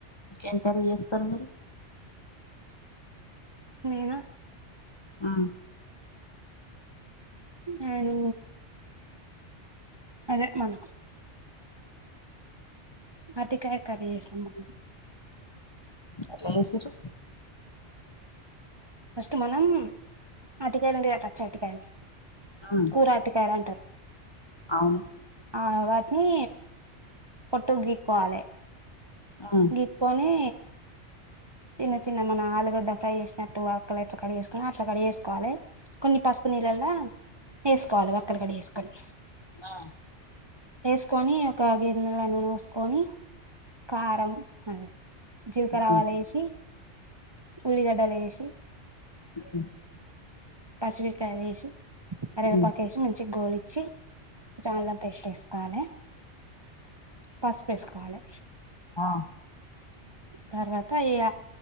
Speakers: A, on the left (about 30°); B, on the right (about 30°).
A: ఏం కర్రీ చేస్తారు మీరు
B: నేనా
A: హ్మ్
B: నేను అదే మన అరటికాయ కర్రీ చేసినం మ
A: ఎట్లా చేసిన్రు
B: ఫస్ట్ మనం అటికాయలు ఉంటాయి గా పచ్చి అటికాయలు
A: మ్మ్
B: కూర అటికాయలు అంటారు
A: అవును
B: ఆ వాటిని పొట్టు గిక్కోవాలే
A: మ్మ్
B: గీక్కోని చిన్న చిన్న మన ఆలుగడ్డ ఫ్రై చేసినట్టు ఆక్కలట్ కడి గేసుకు అట్లా కడిగేసుకోవాలి కొన్ని పసుపు నీళ్ళలా వేసుకోవాలి ఒక్కలు కడిగేసుకొని
A: మ్మ్
B: వేసుకొని ఒక గిన్నెలా నూనె పోసుకొని కారం అదే జీలకర్రవాలు
A: మ్మ్
B: ఎసి ఉల్లిగడ్డలు ఎసి
A: ఉహు
B: పచ్చిమిరపకాయలేసి కరివేపాకు
A: మ్మ్ మ్మ్
B: వేసి మంచిగా గోలిచ్చి కొంచం అల్లం పేస్ట్ వేసుకోవాలి పసుపు వేసుకోవాలే
A: ఆ
B: తర్వాత ఈయ